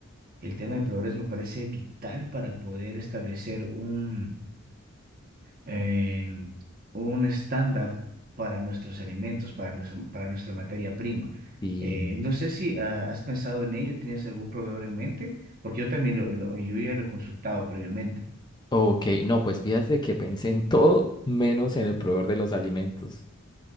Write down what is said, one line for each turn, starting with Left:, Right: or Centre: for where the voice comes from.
Right: El tema de proveedores me parece vital para poder establecer un, eh, un estándar para nuestros alimentos, para nuestra, para nuestra materia prima.
Left: Sí.
Right: Eh, no sé si ah, has pensado en ello, ¿tienes algún proveedor en mente? Porque yo también lo, lo- yo ya lo he consultado previamente.
Left: Ok, no, pues fíjate que pensé en todo menos en el proveedor de los alimentos.